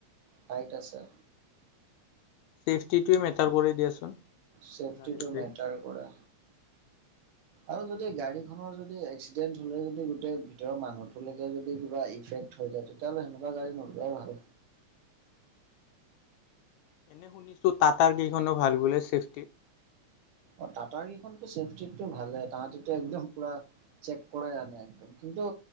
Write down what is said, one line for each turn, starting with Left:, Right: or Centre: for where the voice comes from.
Right: টাইট আছে।
Left: চেফটিটোৱে মেটাৰ কৰে দিয়াচোন।
Right: ছেফটিটো
Left: গাড়ী চাড়ীৰ।
Right: মেটাৰ কৰে।
Left: <inaudible>
Right: আৰু যদি গাড়ীখনৰ যদি এক্সিডেণ্ট হ'লে যদি গোটেই ভিতৰৰ মানুহটোলৈকে যদি কিবা ইফেক্ট থৈ যায় তেতিয়াহ'লে হেনেকুৱা গাড়ী নোলোৱাই ভাল।
Left: মই শুনিছোঁ টাটাৰকেইখনো ভাল বোলে চছেফটি।
Right: অ' টাটাৰকেইখনতো চেফটিতটো ভালে, তাহাঁতিতো একদম পুৰা চেক কৰাই আনে একদম, কিন্তু